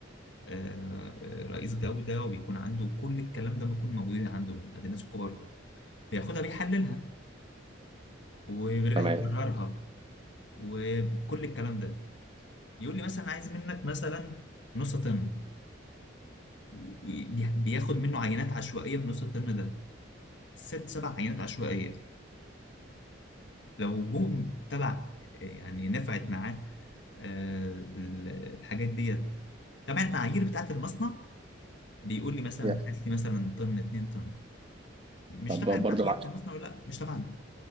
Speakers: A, on the left (about 65°); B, on the right (about 30°).
A: آه، آه، رئيس جوده وبيكون عنده كل الكلام ده بيكون موجود عنده عند الناس الكبار دول بياخدها بيحللها وبيرجع
B: تمام
A: يكررها وكل الكلام ده يقول لي مثلا عايز منك مثلا نص طن بي- بياخد منه عينات عشوائيه من نص الطن ده ست سبع عينات عشوائيه لو جم تبع يعني نفعت معاه آه، ال- الحاجات ديت طبعا المعايير بتاعت المصنع بيقول لي مثلا
B: yeah.
A: هات لي مثلا طن 2 طن مش
B: طب
A: تبع المعايير
B: برضه مع...
A: بتاع المصنع ولا لا مش تبعنا